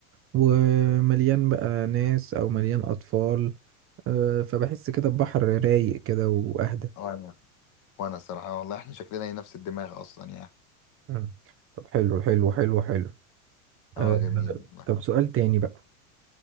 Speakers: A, on the right; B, on the left.
A: ومليان بقى ناس او مليان اطفال آه، فبحس كده البحر رايق كده واهدى
B: وأنا وأنا الصراحة والله إحنا شكلنا هي نفس الدماغ أصلا يعني
A: مم. طب حلو حلو حلو حلو آه،
B: آه جميل والله
A: طب سؤال تاني بقى